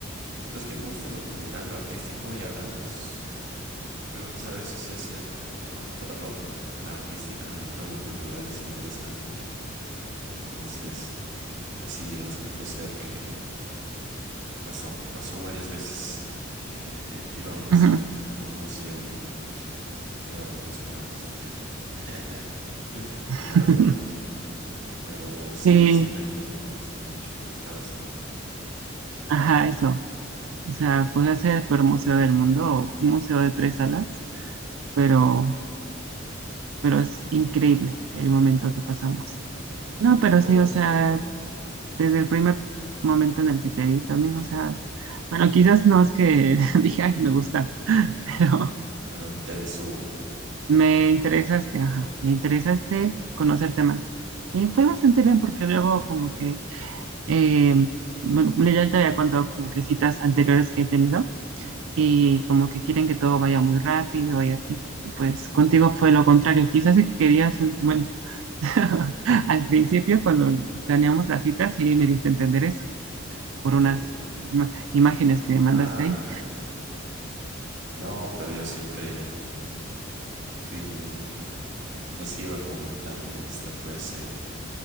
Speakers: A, on the right; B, on the right.
A: pues Es que me gusta lo cultural, lo artístico y ahora los... Pero pues a veces es cierto que no <laughs> todo lo artístico ni todo lo cultural es interesante. Entonces, pues sí, resultó ser que pasó, pasó varias veces que <laughs> íbamos
B: Ujú.
A: a un museo y no era lo que esperamos en realidad. <laughs>
B: <laughs>
A: Al menos yo. Pero sí,
B: Sí,
A: sí me terminó gustando mucho porque estabas tú,
B: ajá, eso. O sea, podría ser el peor museo del mundo o un museo de tres salas, pero, pero es increíble el momento que pasamos.
A: mm,
B: No, pero
A: todos,
B: sí, o sea, desde el primer momento en el que te vi también, o sea, bueno, quizás no es que <laughs> dije, "Ay, me gusta, <laughs> pero
A: pero interés hubo.
B: me interesaste, ajá, me interesaste conocerte más. Y fue bastante bien porque luego como que, eh, bueno, ya te había contado como que citas anteriores que he tenido y como que quieren que todo vaya muy rápido y así. Y pues
A: Mm,
B: contigo fue lo contrario, quizás si querías, bueno, <laughs> al principio cuando planeamos las citas sí me diste a entender eso. por
A: ¿Qué?
B: unas ima- imágenes que me mandaste
A: Ah,
B: ahí.
A: <laughs> no, pero yo siempre fui muy, o sea, sí iba con un plan de esta puede ser